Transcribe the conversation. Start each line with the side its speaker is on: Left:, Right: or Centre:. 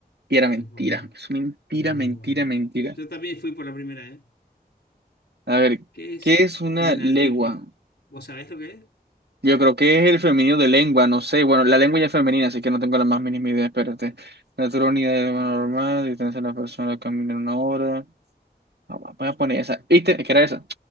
Right: Y era
Left: Eso
Right: mentira.
Left: por no.
Right: Es mentira,
Left: Eh,
Right: mentira,
Left: bueno.
Right: mentira.
Left: Yo también fui por la primera, ¿eh?
Right: A ver,
Left: ¿Qué es
Right: ¿qué es una
Left: una
Right: legua?
Left: legua? ¿Vos sabés lo que es?
Right: Yo creo que es el femenino de lengua, no sé. Bueno, la lengua ya es femenina, así que no tengo la más mínima idea. Espérate. Natural unidad de lo normal, distancia de la persona al caminar una hora. No, va, voy a poner esa. ¿Viste? Que era esa.